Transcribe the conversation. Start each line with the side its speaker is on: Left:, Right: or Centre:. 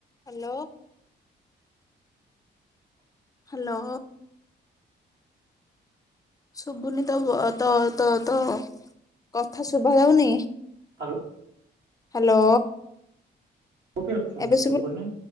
Left: Hello. Hello. ଶୁଭୁନି ତ-ତ-ତ-ତ କଥା ଶୁଭା ଯାଉନି।
Right: ହାଲ
Left: ହ୍ୟାଲୋ।
Right: କୋଉଠି ଅଛୁ
Left: ଏବେ
Right: ଶୁଭୁନି
Left: ସୁବୁଲ